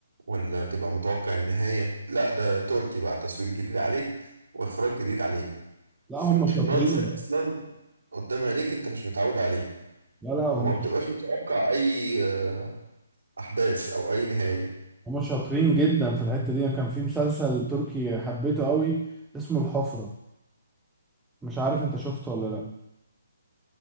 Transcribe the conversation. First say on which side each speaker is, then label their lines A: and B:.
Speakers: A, on the right; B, in the centre.
A: ولا تبقى متوقع النهاية لا ده تركي بقى تصوير جديد عليك وإخراج جديد عليك
B: لا
A: فالمنظر
B: هم شاطرين
A: أصلا قدام عينيك أنت مش متعود عليه
B: لا لا
A: وما
B: هم
A: بتبقاش متوقع أي آه، أحداث أو أي نهاية
B: هم شاطرين جدا في الحتة دي كان في مسلسل تركي حبيته قوي اسمه الحفرة مش عارف انت شفته ولا لا